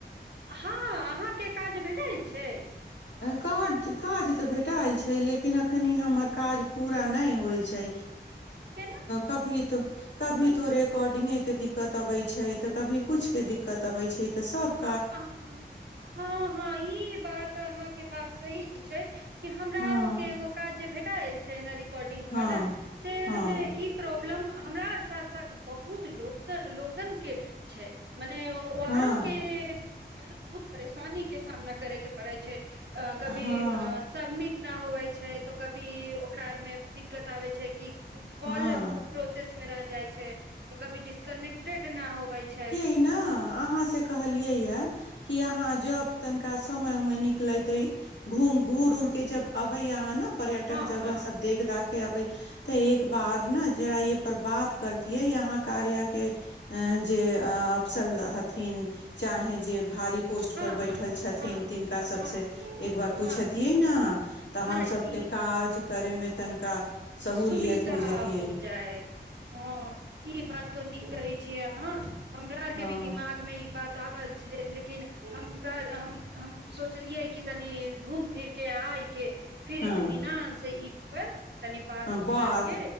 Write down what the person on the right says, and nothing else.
हँ अहाँके काज भेटल छैय
हँ
केना
हँ
आ हँ हँ ई बात। हाँ के बात सही छै कि हमरा
आरो के एगो काज भेटा एल छै। ॉर्डिंग
वला शेरमे
ई। प्रॉब्लम हमरा आ साथ साथ बहुत लोक लोगन के छै। मने वाहरो
के बहुत परेशानी के सामना करे के पड़े छै। अ कभी
सबमिट। तना होबै छै तऽ कभी ओकरा आरमे दिक्कत आबै छै कि कॉल।
प्रोसेसमे रहि जाइ छै तऽ कभी डिस्कनेक्टेड नहि होबै छै।
हँ
हँ
हँ
हँ
हँ
हँ
हँ
नहि
ई
सुविधा
हो जाइ हँ ई बात। तो नीक छियै अहाँ हमरा आर के
भी दिमाग में ई बात। टाावल छै लेकिन हमरा हम हम सोचलियै कि तनी घूमि फिरके आइ। के फिर इतमीना
से ई पर तनि ब।
ू
कर के